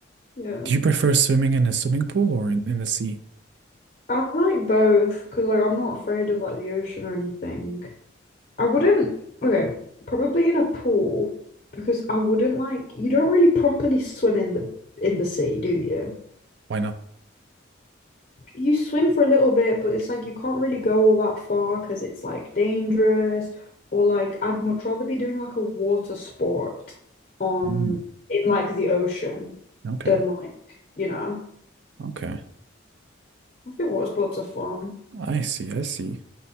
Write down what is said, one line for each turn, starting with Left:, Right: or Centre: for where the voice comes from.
Left: Yeah,
Right: Do you prefer swimming in a swimming pool or in, in the sea?
Left: I like both because like I'm not afraid of like the ocean or anything. I wouldn't, okay, probably in a pool because I wouldn't like you don't really properly swim in the in the sea, do you?
Right: Why not?
Left: You swim for a little bit, but it's like you can't really go all that far because it's like dangerous or like I'd much rather be doing like a water sport on
Right: Mm,
Left: in like the ocean
Right: okay.
Left: than like, you know,
Right: Okay.
Left: I think water sports are fun.
Right: I see. I see.